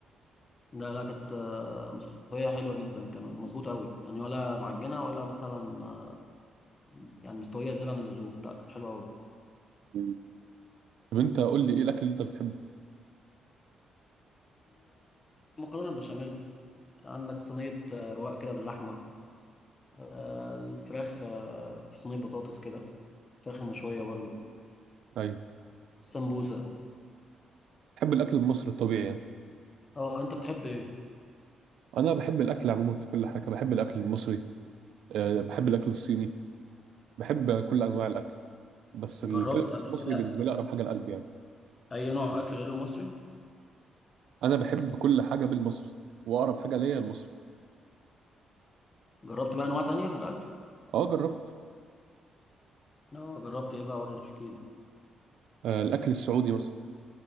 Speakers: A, on the left; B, on the right.
A: لا لا كانت آه، مستويه حلوه جدا كمان مظبوطه قوي يعني ولا معجنه ولا مثلا آه، يعني مستويه زياده عن اللزوم لا كانت حلوه قوي
B: مم. طب انت قول لي ايه الأكل اللي انت بتحبه؟
A: المكرونه البشاميل عندك صينيه آه، رواق كده باللحمه آه، الفراخ آه، في صينيه بطاطس كده الفراخ المشويه برضه
B: ايوه
A: السمبوسه
B: بتحب الأكل المصري الطبيعي يعني
A: اه انت بتحب ايه
B: أنا بحب الأكل عموما في كل حاجة بحب الأكل المصري أه بحب الأكل الصيني بحب كل أنواع الأكل بس
A: جربت
B: ال- كده كده
A: قبل
B: المصري
A: كده
B: بالنسبة لي أقرب حاجة لقلبي يعني
A: اي نوع اكل غير المصري
B: أنا بحب كل حاجة بالمصري وأقرب حاجة ليا المصري
A: جربت بقى انواع تانية في الاكل
B: أه جربت
A: اه جربت ايه بقى قول لي احكي لي
B: أه الأكل السعودي مثلا